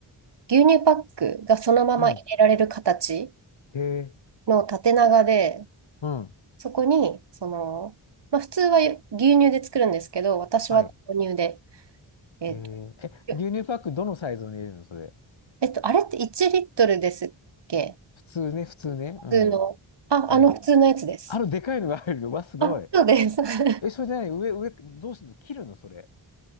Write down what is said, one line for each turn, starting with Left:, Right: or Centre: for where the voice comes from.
Right: 牛乳パックがそのまま入れられる形
Left: うん。へえー、
Right: の縦長で、
Left: うん。
Right: そこに、その、まあ、普通は牛乳で作るんですけど、私は豆乳で、
Left: はい。
Right: えっと、
Left: えー、え、
Right: よ
Left: 牛乳パックどのサイズに入れるのそれ。
Right: えっと、あれって1リットルですっけ
Left: 普通ね、普通ね。うん。
Right: 普通の。あ、
Left: うん。
Right: あの普通のやつです。
Left: あの、でかいのが入るの。わ、すごい。
Right: あ、そうです。<laughs>
Left: え、それじゃない、上、上、どうすんの切るのそれ。